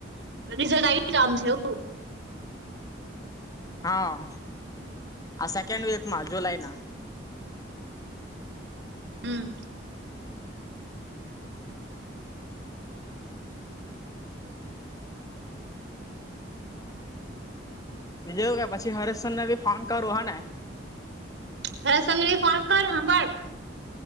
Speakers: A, on the right; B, on the left.
A: રિઝલ્ટ આવી આમ છે એવું
B: હા આ સેકન્ડ વીકમાં જુલાઈ ના
A: હમ્મ.
B: જેવું કે પછી હરેશ સર ને ભી ફોન કરું હોને
A: હરેશ સર ને ફોન કરું હાભળ